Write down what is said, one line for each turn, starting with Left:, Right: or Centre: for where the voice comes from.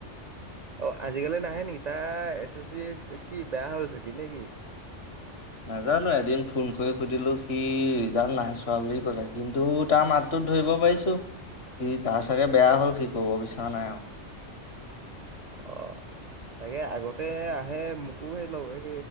Right: অ আজিকালি নাহে নেকি তা এছ এছ বি কি বেয়া হল ছাগে নেকি?
Left: নাজানো এদিন ফোন কৰি সুধিলো সি ৰিজাল্ট নাই চোৱা বুলি কলে কিন্তু তাৰ মাততো ধৰিব পাৰিছো সি তাৰ চাগে বেয়া হ'ল সি ক'ব বিচৰা নাই আও।
Right: অ। তাকে আগতে আহে মোকো সেই লও এই